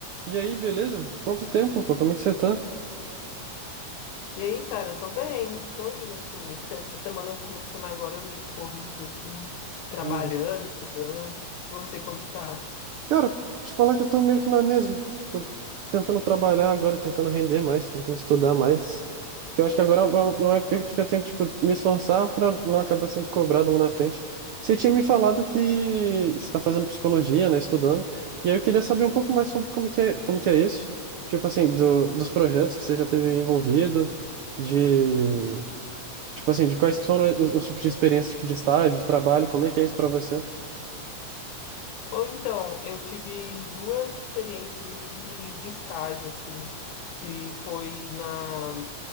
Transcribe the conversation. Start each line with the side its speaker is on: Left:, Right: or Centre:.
Right: E aí, beleza? Quanto tempo, pô? Como é que você tá?
Left: E aí, cara, eu tô bem, tô indo assim. se- Semana começando agora meio corrida, assim, trabalhando,
Right: Uhum.
Left: estudando. Você, como que tá?
Right: Cara, te falar que eu tô meio que na mesma. Tô tentando trabalhar agora, tentando render mais, tentando estudar mais. Que eu acho que agora é uma uma época que eu tenho que, tipo, me esforçar pra não acabar sendo cobrado lá na frente. Você tinha me falado que você tá fazendo psicologia, né? Estudando. E aí eu queria saber um pouco mais sobre como que é, como que é isso. Tipo assim, do, dos projetos que você já teve envolvido, de Tipo assim, de quais que foram os, os tipos de experiência, tipo de estágio, de trabalho, como é que é isso para você?
Left: Ou então, eu tive duas experiências de, de estágio, assim, que foi na,